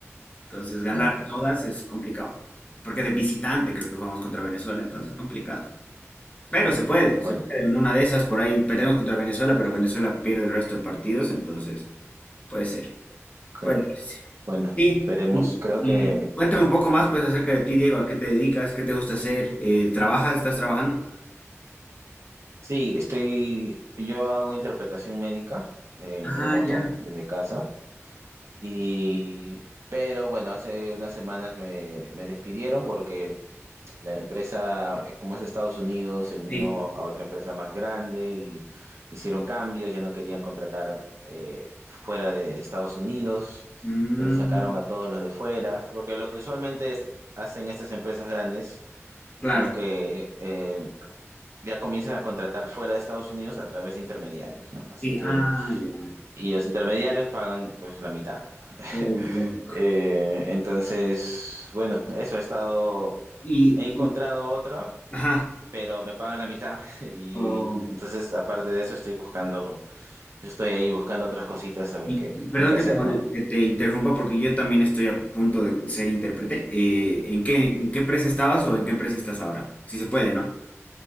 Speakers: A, on the left (about 30°); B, on the right (about 65°).
A: Entonces ganar
B: claro,
A: todas
B: claro.
A: es complicado, porque de visitante creo que jugamos contra Venezuela, entonces es complicado. Pero se puede,
B: Bueno,
A: se puede. En una de esas por ahí perdemos contra Venezuela, pero Venezuela pierde el resto de partidos, entonces puede ser.
B: claro.
A: Puede ser.
B: Bueno,
A: Sí,
B: veremos.
A: y,
B: Creo
A: y
B: que
A: cuéntame un poco más pues acerca de ti, Diego, ¿a qué te dedicas? ¿Qué te gusta hacer? Eh, ¿trabajas? ¿Estás trabajando?
B: sí, estoy. Yo hago interpretación médica eh,
A: Ah,
B: en remoto,
A: ya,
B: desde casa. Y. Pero bueno, hace unas semanas me, me despidieron porque La empresa, eh, como es de Estados Unidos, se unió
A: sí.
B: a otra empresa más grande y hicieron cambios, ya no querían contratar eh, fuera de, de Estados Unidos,
A: Mm,
B: entonces sacaron a todos los de fuera, porque lo que usualmente es- hacen estas empresas grandes
A: claro,
B: son que eh, ya comienzan a contratar fuera de Estados Unidos a través de intermediarios, ¿no? Así
A: sí,
B: que,
A: ah, ya.
B: y los intermediarios pagan pues la mitad. <laughs>
A: Oh, lógico.
B: Eh, entonces, bueno, eso he estado,
A: Y,
B: he encontrado
A: y-
B: otra
A: ajá,
B: pero me pagan la mitad <laughs> y
A: oh,
B: entonces aparte de eso estoy buscando, estoy ahí buscando otras cositas a ver
A: y,
B: qué,
A: y perdón
B: qué
A: que
B: hacer,
A: te, mol-
B: ¿no?
A: que te interrumpa porque yo también estoy a punto de ser intérprete. Eh, ¿en qué, en qué empresa estabas o en qué empresa estás ahora? Si se puede, ¿no?